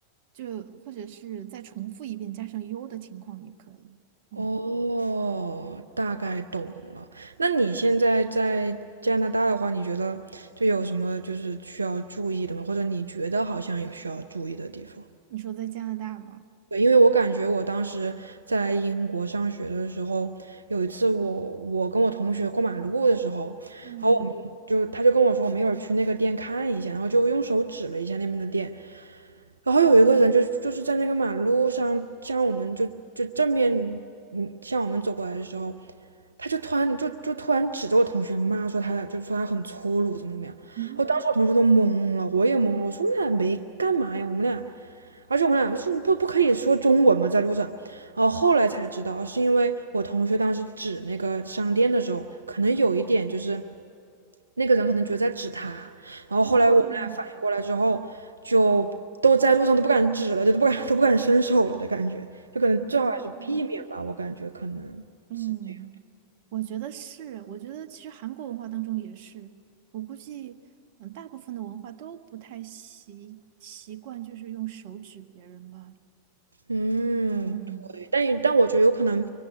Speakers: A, on the right; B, on the right.
A: 就或者是再重复一遍加上 u 的情况也可以。嗯，
B: 哦，大概懂了。那你现在在加拿大的话，你觉得就有什么就是需要注意的吗？或者你觉得好像有需要注意的地方？
A: 你说在加拿大吗？
B: 对，因为我感觉我当时在英国上学的时候，有一次我我跟我同学过马路的时候，
A: 嗯
B: 然后我们就他就跟我说，我们一会儿去那个店看一下，然后就用手指了一下那边的店，然后有一个人就就是在那个马路上向我们就就正面嗯向我们走过来的时候，他就突然就就突然指着我同学骂说他俩就说他很粗鲁怎么怎么样，
A: 嗯哼
B: 我当时我同学都懵了，我也懵了，我说我们俩没干嘛呀，我们俩，而且我们俩是不不可以说中文吗？在路上，然后后来才知道是因为我同学当时指那个商店的时候，可能有一点就是那个人可能觉得在指他。然后后来我们俩反应过来之后，
A: 嗯
B: 就都在路上都不敢指了，就都不敢 <laughs> 都不敢伸手了的感觉，就可能最好还是避免吧，
A: 嗯。
B: 我感觉可能
A: 嗯，
B: 是这样。
A: 我觉得是，我觉得其实韩国文化当中也是，我估计，嗯，大部分的文化都不太习习惯，就是用手指别人吧。
B: 嗯，
A: 嗯
B: 对，但但我觉得有可能，